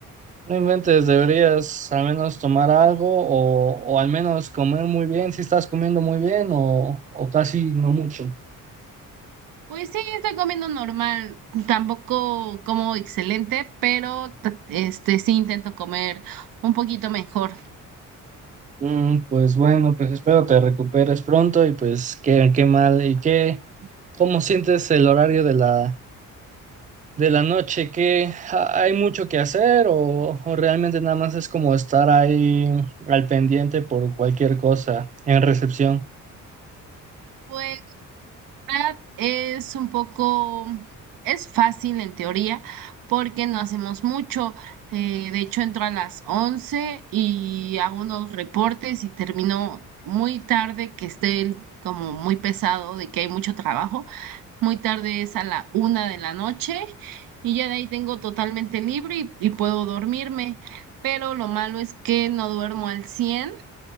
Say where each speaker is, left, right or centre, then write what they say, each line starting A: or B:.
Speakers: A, on the right; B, on the right.
A: No inventes, deberías al menos tomar algo o, o al menos comer muy bien, si estás comiendo muy bien o, o casi no mucho.
B: Pues sí, estoy comiendo normal, tampoco como excelente, pero t- este sí intento comer un poquito mejor.
A: Mm, pues bueno, pues espero te recuperes pronto y pues qué, qué mal y qué, ¿cómo sientes el horario de la, de la noche? ¿Qué ha- hay mucho que hacer o, o realmente nada más es como estar ahí al pendiente por cualquier cosa en recepción?
B: Pues verdad es un poco, es fácil en teoría porque no hacemos mucho. Eh, de hecho, entro a las 11 y hago unos reportes y termino muy tarde, que esté el- como muy pesado de que hay mucho trabajo. Muy tarde es a la una de la noche y ya de ahí tengo totalmente libre y, y puedo dormirme. Pero lo malo es que no duermo al 100